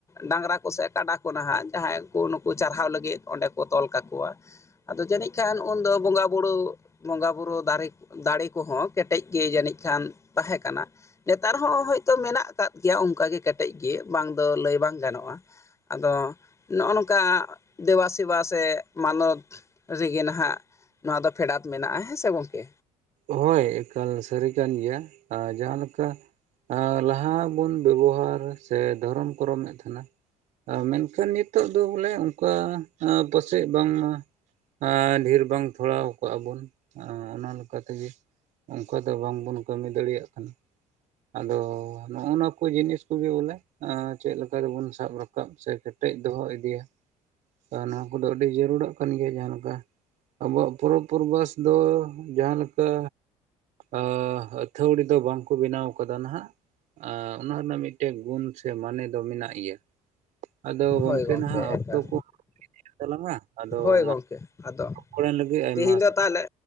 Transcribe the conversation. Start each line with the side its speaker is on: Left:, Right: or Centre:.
Left: ᱰᱟᱝᱨᱟ ᱠᱚᱥᱮ ᱠᱟᱰᱟ ᱠᱚ ᱱᱟᱦᱟᱜ ᱡᱟᱦᱟᱸᱭ ᱠᱚ ᱱᱩᱠᱩ ᱪᱟᱨᱦᱟᱣ ᱞᱟᱹᱜᱤᱫ ᱚᱸᱰᱮ ᱛᱚᱞ ᱠᱟᱠᱚᱣᱟ ᱟᱫᱚ ᱡᱟᱹᱱᱤᱡ ᱠᱷᱟᱱ ᱩᱱᱫᱚ ᱵᱚᱸᱜᱟ ᱵᱩᱨᱩ ᱵᱚᱸᱜᱟ ᱵᱩᱨᱩ ᱫᱟᱨᱮ ᱫᱟᱲᱮ ᱠᱚᱦᱚᱸ ᱠᱮᱴᱮᱡ ᱜᱮ ᱡᱟᱹᱱᱤᱡ ᱠᱷᱟᱱ ᱛᱟᱦᱮᱸ ᱠᱟᱱᱟ᱾ ᱱᱮᱛᱟᱨ ᱦᱚᱸ ᱦᱚᱳᱭᱛᱳ ᱢᱮᱱᱟᱜ ᱟᱠᱟᱫ ᱜᱮᱭᱟ ᱚᱱᱠᱟᱜᱮ ᱠᱮᱴᱮᱡ ᱜᱮ ᱵᱟᱝ ᱫᱚ ᱞᱟᱹᱭ ᱵᱟᱝ ᱜᱟᱱᱚᱜᱼᱟ᱾ ᱟᱫᱚ ᱱᱚᱜᱼᱚ ᱱᱚᱝᱠᱟ ᱫᱮᱵᱟ ᱥᱤ ᱥᱤᱵ ᱥᱮ ᱢᱟᱱᱚᱛ ᱨᱮᱜᱮ ᱱᱟᱦᱟᱜ ᱱᱚᱣᱟ ᱫᱚ ᱯᱷᱮᱰᱟᱛ ᱢᱮᱱᱟᱜᱼᱟ ᱦᱮᱸ ᱥᱮ ᱜᱚᱝᱠᱮ?
Right: ᱦᱳᱭ ᱮᱠᱟᱞ ᱥᱟᱹᱨᱤ ᱠᱟᱱ ᱜᱮᱭᱟ ᱟᱨ ᱡᱟᱦᱟᱸᱞᱮᱠᱟ᱾ ᱟᱸᱻ ᱞᱟᱦᱟ ᱵᱚᱱ ᱵᱮᱵᱚᱦᱟᱨ ᱥᱮ ᱫᱷᱚᱨᱚᱢ ᱠᱚᱨᱚᱢ ᱮᱫ ᱛᱟᱦᱮᱱᱟ᱾ ᱟᱨ ᱢᱮᱱᱠᱷᱟᱱ ᱱᱤᱛᱚᱜ ᱫᱚ ᱵᱚᱞᱮ ᱚᱱᱠᱟ ᱟᱸ ᱯᱟᱥᱮᱡ ᱵᱟᱝᱢᱟ᱾ ᱟᱸᱻ ᱰᱷᱮᱨ ᱵᱟᱝ ᱛᱷᱚᱲᱟᱣ ᱠᱟᱜᱼᱟ ᱵᱚᱱ ᱟ ᱚᱱᱟ ᱚᱱᱠᱟ ᱛᱮᱜᱮ ᱚᱱᱠᱟ ᱫᱚ ᱵᱟᱝ ᱵᱚᱱ ᱠᱟᱹᱢᱤ ᱫᱟᱲᱮᱭᱟᱜ ᱠᱟᱱᱟ᱾ ᱟᱫᱚ ᱱᱚᱜ ᱱᱚᱶᱟ ᱠᱚ ᱡᱤᱱᱤᱥ ᱠᱚᱜᱮ ᱵᱚᱞᱮ ᱟᱨ ᱪᱮᱫ ᱞᱮᱠᱟ ᱨᱮᱵᱚᱱ ᱥᱟᱵ ᱨᱟᱠᱟᱵ ᱥᱮ ᱪᱮᱫ ᱟ ᱴᱮᱡ ᱫᱚᱦᱚ ᱤᱫᱤᱭᱟ ᱟᱨ ᱱᱚᱣᱟ ᱠᱚᱫᱚ ᱟᱹᱰᱤ ᱡᱟᱹᱨᱩᱲᱟᱜ ᱠᱟᱱ ᱜᱮᱭᱟ ᱡᱟᱦᱟᱸ ᱞᱮᱠᱟ ᱾ ᱟᱵᱚᱣᱟᱜ ᱯᱚᱨᱚᱵᱽ ᱯᱚᱨᱵᱷᱟᱥ ᱫᱚ ᱡᱟᱦᱟ ᱞᱮᱠᱟ ᱟᱻ ᱟᱹᱛᱷᱟᱹᱲᱤ ᱫᱚ ᱵᱟᱝᱠᱚ ᱵᱮᱱᱟᱣ ᱠᱟᱫᱟ ᱱᱟᱦᱟᱜ᱾ ᱟᱸᱻ ᱚᱱᱟ ᱨᱮᱱᱟᱜ ᱢᱤᱫᱴᱮᱱ ᱜᱩᱱ ᱥᱮ ᱢᱟᱱᱮ ᱫᱚ ᱢᱮᱱᱟᱜ ᱜᱮᱭᱟ᱾ ᱟᱫᱚ ᱜᱚᱝᱠᱮ
Left: ᱦᱳᱭ
Right: ᱱᱟᱦᱟᱜ ᱚᱠᱛᱚ
Left: ᱮᱠᱟᱞ
Right: ᱠᱚ, ᱦᱳᱭᱮᱱ ᱛᱟᱞᱟᱝᱟ ᱟᱫᱚ
Left: ᱦᱳᱭ
Right: ᱢᱟ
Left: ᱜᱚᱝᱠᱮ ᱟᱫᱚ
Right: ᱨᱚᱯᱚᱲ ᱮᱱ ᱞᱟᱹᱜᱤᱫ ᱟᱭᱢᱟ
Left: ᱛᱮᱦᱮᱧ ᱫᱚ ᱛᱟᱦᱚᱞᱮ